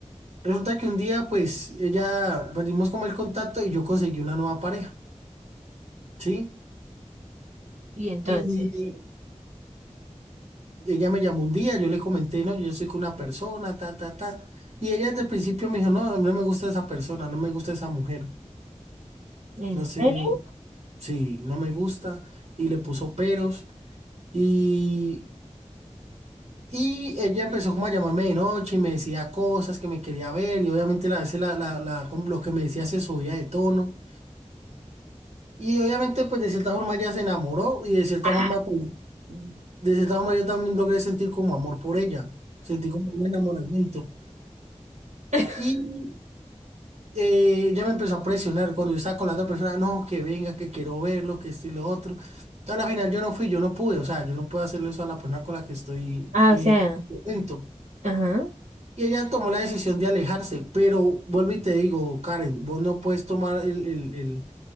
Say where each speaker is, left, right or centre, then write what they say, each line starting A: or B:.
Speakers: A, on the right; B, on the right.
A: Resulta que un día, pues, ella perdimos como el contacto y yo conseguí una nueva pareja, ¿sí?
B: Y entonces,
A: Y, y- ella me llamó un día, yo le comenté, no, yo soy con una persona, ta, ta, ta. Y ella desde el principio me dijo, no, a mí no me gusta esa persona, no me gusta esa mujer.
B: ¿en
A: No sé,
B: serio?
A: sí, no me gusta. Y le puso peros. Y, y ella empezó como a llamarme de noche y me decía cosas que me quería ver. Y obviamente la, a veces la, la, la- lo que me decía se subía de tono. Y obviamente, pues de cierta forma ella se enamoró y de cierta
B: ¡Ah!
A: forma, pues, de cierta forma yo también logré sentir como amor por ella, sentí como un enamoramiento.
B: <laughs>
A: Y eh, ella me empezó a presionar cuando yo estaba con la otra persona, no, que venga, que quiero verlo, que esto y lo otro. A la final yo no fui, yo no pude, o sea, yo no puedo hacerle eso a la persona con la que estoy
B: Ah,
A: eh,
B: o sea,
A: contento.
B: ajá.
A: Y ella tomó la decisión de alejarse, pero vuelvo y te digo, Karen, vos no puedes tomar el, el- el-